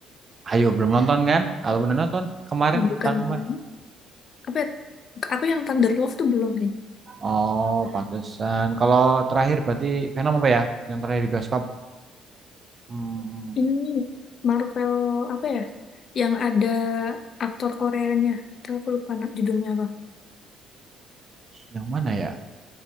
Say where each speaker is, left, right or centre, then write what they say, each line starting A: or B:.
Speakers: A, on the right (about 35°); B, on the left (about 50°).
A: Ayo belum nonton kan? Kalau belum nonton kemarin
B: bukan
A: tahun kemarin.
B: Thor. apa ya, aku yang Thunder Love tuh belum sih
A: Oh, pantesan. Kalau terakhir berarti Venom apa ya? Yang terakhir di bioskop. Hmm,
B: ini nih, Marvel apa ya yang ada aktor Koreanya tuh aku lupa na- judulnya apa
A: yang mana ya?